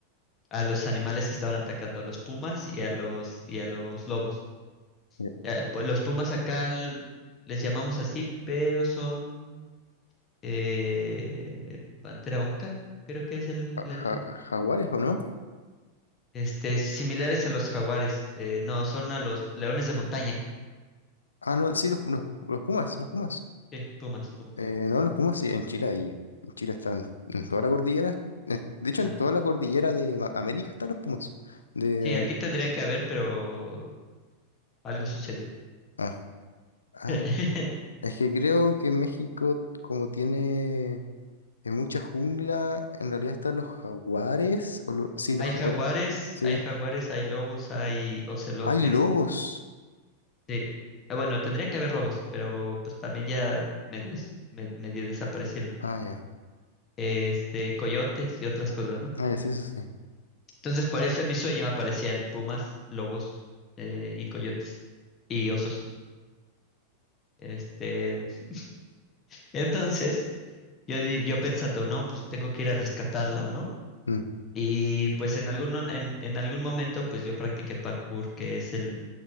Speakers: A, on the left; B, on the left.
A: a los animales que estaban atacando, a los pumas y a los, y a los lobos.
B: Eh,
A: Eh, pues, los pumas acá l- les llamamos así, pero son eh, pantera onca, creo que es el,
B: ja-
A: el-
B: ja-
A: el-
B: ¿Jaguares o no?
A: este, similares a los jaguares. Eh, no, son a los leones de montaña.
B: Ah, no, sí, los, los- los Pumas, los Pumas.
A: Sí, pumas, pumas.
B: Eh, no, los Pumas sí, en Chile y en Chile están en toda la cordillera. en- De hecho,
A: Ah,
B: en toda la cordillera de Ma- América están los Pumas. De,
A: Sí, aquí tendrían que haber, pero algo sucedió.
B: ah, ah,
A: <laughs>
B: es que creo que México, como tiene eh, mucha jungla, en realidad están los jaguares. O lo- sí, los
A: Hay
B: jaguares.
A: jaguares,
B: Sí.
A: hay jaguares, hay lobos, hay ocelotes.
B: Hay lobos.
A: Sí. Ah, Bueno, tendría que haber lobos, pero pues también ya medios, me- medio desaparecieron.
B: Ah, ya.
A: Este, coyotes y otras cosas, ¿no?
B: Ah, ya, sí, eso sí.
A: Entonces, por eso en mi sueño aparecían pumas, lobos, eh, y coyotes y osos. Este, <laughs> entonces, yo, di- yo pensando, no, pues tengo que ir a rescatarla, ¿no?
B: Mm.
A: Y pues en algún, en, en algún momento pues yo practiqué parkour, que es el,